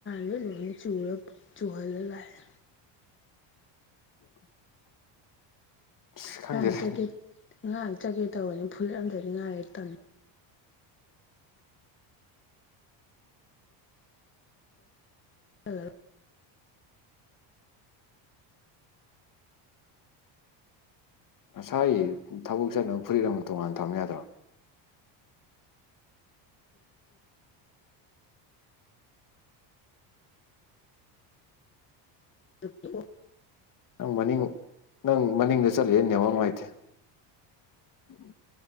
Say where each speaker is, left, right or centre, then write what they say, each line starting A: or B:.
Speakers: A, on the left; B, on the left.
A: ꯂꯤꯠꯂꯨꯔ ꯆꯨꯔ ꯆꯨꯍꯜꯂ ꯂꯥꯛꯑꯦ꯫
B: <inaudible> ꯑꯁ ꯈꯪꯗꯦꯗ
A: ꯉꯔꯥꯡ ꯆꯠꯀꯦ ꯉꯔꯥꯡ ꯆꯠꯀꯦ ꯇꯧꯕꯅꯤ ꯐꯨꯔꯤꯠ ꯑꯝꯇ ꯂꯤꯅꯤꯉꯥꯏ ꯇꯟ ꯆꯠꯂꯔꯣꯏ
B: ꯅꯁꯥꯒꯤ ꯊꯕꯛ ꯆꯠꯅꯕ ꯐꯨꯔꯤꯠ ꯑꯃ ꯇꯣꯡꯉꯥꯟꯅ ꯊꯝ ꯌꯥꯗ꯭ꯔꯣ?
A: <unintelligible>
B: ꯅꯪ ꯃꯅꯤꯡ ꯅꯪ ꯃꯅꯤꯡꯗ ꯆꯠꯂꯦ ꯅꯦꯋꯥꯛ ꯅꯨꯡꯉꯥꯏꯇꯦ꯫ <inaudible>